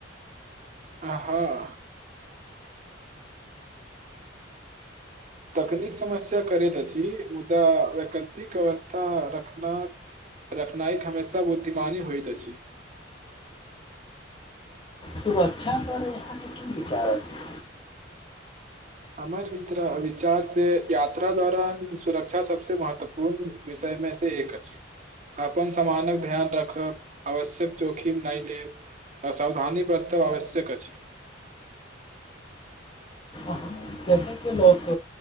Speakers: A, on the right; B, on the left.
A: आ हां तकनीक समस्या करैत अछि मुदा वैकल्पिक व्यवस्था रखना रखनाइ हमेशा बुद्धिमानी होइत अछि
B: सुरक्षा करै में अहां की विचार छै
A: हमर मित्रक विचार से यात्रा दौरान सुरक्षा सबसे महत्वपूर्ण मे एक अछि अपन समानक ध्यान राखब आवश्यक जोखिम नै लेब सावधानी वरतव आवश्यक अछि
B: अहाँ कतेक लोक